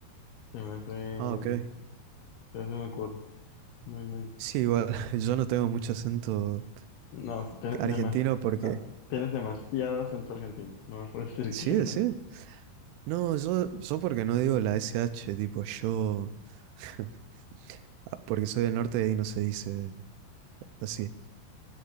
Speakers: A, on the left (about 75°); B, on the right (about 85°).
A: Se me hace, se
B: Ah, ok.
A: me hace muy cool. Muy, muy.
B: Sí, igual, <laughs> yo no tengo mucho acento
A: No, si te- demas,
B: argentino porque...
A: no. Tienes demasiado acento argentino. No me puedes decir
B: Sí,
A: que no.
B: sí. No, yo, yo porque no digo la SH, tipo yo... <laughs> ah, Porque soy del norte y ahí no se dice así.